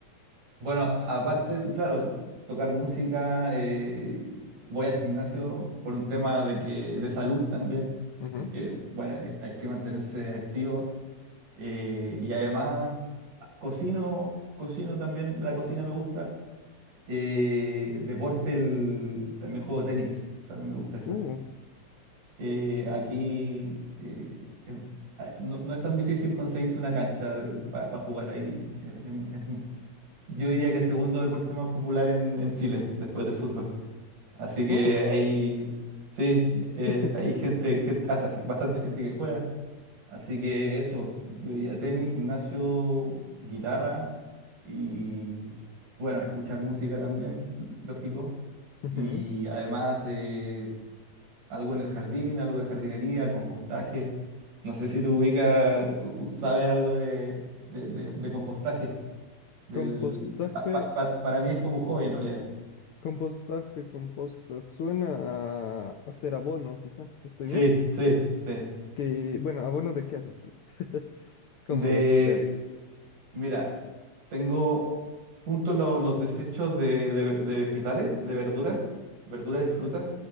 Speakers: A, on the right; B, on the left.
A: Bueno, aparte, claro, tocar música, eh, voy al gimnasio por un tema de que, de salud también,
B: Ujú.
A: porque bueno, eh, hay que mantenerse activo eh, y además ah, cocino, cocino también, la cocina me gusta. Eh, deporte, el- también juego tenis, también me gusta eso.
B: Uh,
A: Eh, aquí eh, eh, ah, no, no es tan difícil conseguirse una cancha para jugar ahí, es, es- yo diría que el segundo deporte más popular en, en Chile, después del fútbol. Así que
B: oh.
A: hay, sí, eh,
B: <laughs>
A: hay gente, gen- harta ge- bastante gente que juega. Así que eso, yo diría tenis, gimnasio, guitarra y, bueno, escuchar música también, lógico.
B: Ujú.
A: Y además eh, algo en el jardín, algo de jardinería, compostaje. No sé si tú ubicas, tú, tú sabes algo de, de de- de compostaje. Del,
B: Compostaje,
A: pa- pa- para, para mí es como un hobby en realidad.
B: compostaje, composta. Suena a hacer abono, quizá. ¿Estoy
A: Sí,
B: bien?
A: sí, sí.
B: Que, bueno, abono de qué haces tú? <laughs> ¿Cómo
A: De,
B: lo realizas?
A: mira, tengo junto lo- los desechos de, de- de vegetales, de verduras, verduras y frutas,